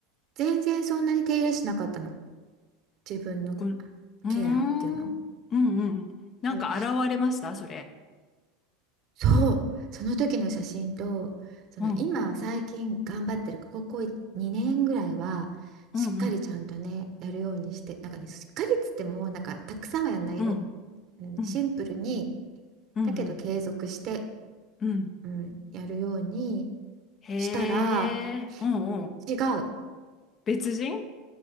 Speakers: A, on the right; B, on the left.
A: 全然そんなに手入れしなかったの。自分の
B: こん、うーん、
A: ケアっていうの。
B: うんうんうんこうーんうんうんなんか現れましたそれ。
A: そうそう、その時の写真と、その今最近頑張ってるか、
B: うん、
A: ここ2年ぐらいはしっかりちゃんとね、
B: うんうん、
A: やるようにして、なんかね、しっかりっつっても、なんかたくさんはやんないよ。
B: うん、
A: うん、
B: うん、
A: シンプルに、
B: うん、うん。
A: だけど継続して、
B: うん
A: うん、やるように
B: へ
A: したら、
B: え、うんうん。
A: 違う。
B: 別人